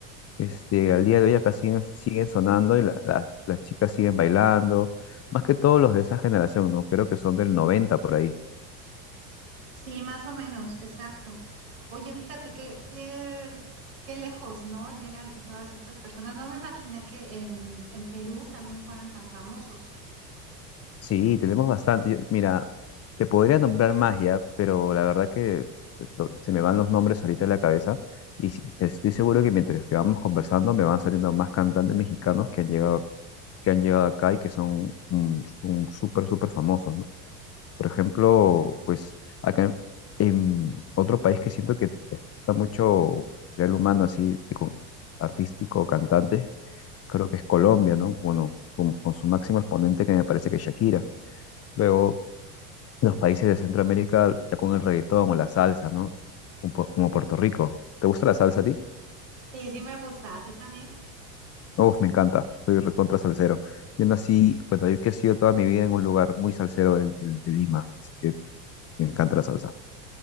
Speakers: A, on the left; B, on the right.
A: Este, al día de hoy acá siguen, siguen sonando y la- la- las chicas siguen bailando. Más que todos los de esa generación, ¿no? Creo que son del 90 por ahí.
B: Sí, más o menos, exacto. Oye, fíjate que, que- qué lejos, ¿no? Llegan todas estas personas. No me imaginé que en, en Perú también fueran tan famosos.
A: Sí, tenemos bastante. Yo- mira, te podría nombrar magia, pero la verdad que esto- se me van los nombres ahorita en la cabeza y si- te- estoy seguro que mientras que vamos conversando me van saliendo más cantantes mexicanos que han llegado, que han llegado acá y que son mm, son súper, súper famosos, ¿no? Por ejemplo, pues acá en, en otro país que siento que está mucho ya el humano así, de con- artístico, cantantes, creo que es Colombia, ¿no? Bueno, con, con su máximo exponente que me parece que es Shakira. Luego los países de Centroamérica ya con el reggaetón o la salsa, ¿no? Un po- Como Puerto Rico. ¿Te gusta la salsa a ti?
B: Sí, sí me gusta, ¿a ti también?
A: Uf, me encanta. Soy recontra salsero. Yo nací, bueno, yo he crecido toda mi vida en un lugar muy salsero del- del- de, Lima, así que me encanta la salsa.